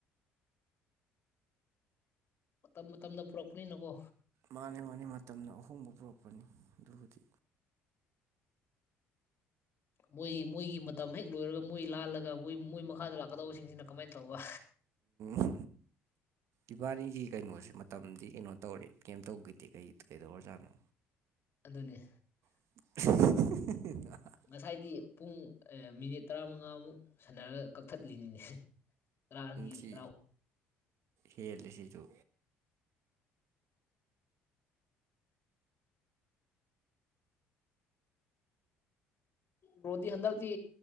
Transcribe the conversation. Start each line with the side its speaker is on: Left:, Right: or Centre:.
Left: ꯃꯇꯝ ꯃꯇꯝꯅ ꯄꯨꯔꯛꯄꯅꯤꯅꯀꯣ
Right: ꯃꯥꯅꯦ ꯃꯥꯅꯦ ꯃꯇꯝꯅ ꯑꯍꯣꯡꯕ ꯄꯨꯔꯛꯄꯅꯤ ꯑꯗꯨꯕꯨꯗꯤ
Left: ꯃꯣꯏꯒꯤ ꯃꯣꯏꯒꯤ ꯃꯇꯝ ꯍꯦꯛ ꯂꯣꯏꯔꯒ ꯃꯣꯏ ꯂꯥꯜꯂꯒ ꯃꯣꯏ ꯃꯣꯏ ꯃꯈꯥꯗ ꯂꯥꯛꯀꯗꯧꯕꯁꯤꯡꯁꯤꯅ ꯀꯃꯥꯏꯅ ꯇꯧꯕ
Right: ꯑꯣ ꯏꯕꯥꯅꯤꯒꯤ ꯀꯩꯅꯣꯁꯦ ꯃꯇꯝꯗꯤ ꯀꯩꯅꯣ ꯇꯧꯔꯦ ꯀꯩꯝ ꯇꯧꯈꯤꯗꯦ ꯀꯩ ꯀꯩꯗꯧꯔꯖꯥꯠꯅꯣ
Left: ꯑꯗꯨꯅꯤ
Right: <inaudible>
Left: ꯉꯁꯥꯏꯗꯤ ꯄꯨꯡ ꯃꯤꯅꯤꯠ ꯇꯔꯥꯃꯉꯥꯃꯨꯛ ꯁꯥꯟꯅꯔꯒ ꯀꯛꯊꯠꯂꯤꯅꯤꯅꯦ ꯇꯔꯥ ꯑꯅꯤ
Right: ꯁꯤ
Left: ꯇꯔꯥ
Right: ꯍꯦꯜꯂꯤꯁꯤꯁꯨ
Left: ꯔ꯭ꯔꯣꯗꯤ ꯍꯟꯗꯛꯇꯤ